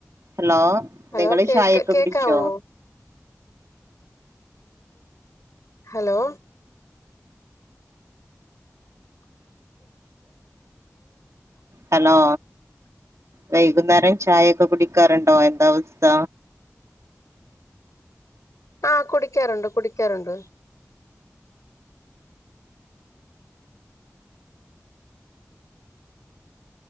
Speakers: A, on the right (about 70°); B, on the left (about 85°).
A: hello
B: hello
A: നിങ്ങള്
B: കേക്ക
A: ചായയൊക്കെ
B: കേക്കാവോ
A: കുടിച്ചോ
B: ഹലോ
A: ഹലോ വൈകുന്നേരം ചായൊക്കെ കുടിക്കാറുണ്ടോ എന്താ അവസ്ഥ
B: ആഹ് കുടിക്കാറുണ്ട് കുടിക്കാറുണ്ട്